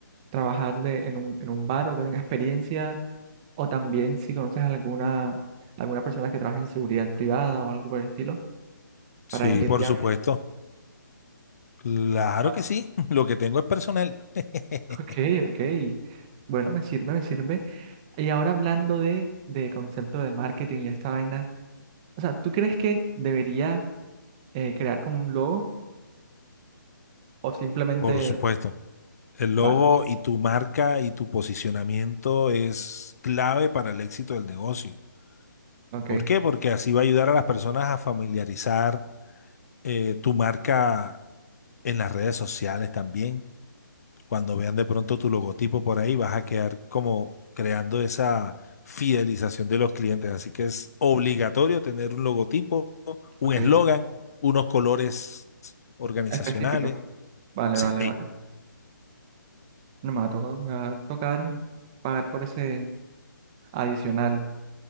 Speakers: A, on the right; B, on the left.
A: trabajar de, en un, en un bar o que tenga experiencia? O también si conoces alguna, alguna persona que trabaje en seguridad privada o algo por el estilo,
B: Sí,
A: para ir
B: por
A: ya.
B: supuesto.
A: bien.
B: Claro
A: <laughs>
B: que sí. <laughs> Lo que tengo es personal. <laughs>
A: Ok, ok. Bueno, me sirve, me sirve. Y ahora hablando de, de concepto de marketing y esta vaina, o sea, ¿tú crees que debería eh, crear como un logo o simplemente,
B: Por supuesto. El logo
A: vale,
B: y tu marca y tu posicionamiento es clave para el éxito del negocio.
A: ok,
B: ¿Por qué? Porque así va a ayudar a las personas a familiarizar eh, tu marca en las redes sociales también. Cuando vean de pronto tu logotipo por ahí, vas a quedar como creando esa fidelización de los clientes. Así que es obligatorio tener un logotipo, un
A: ok,
B: eslogan, unos colores organizacionales.
A: específico, vale,
B: Sí,
A: vale, vale. No me va a tocar, me va a tocar pagar por ese adicional,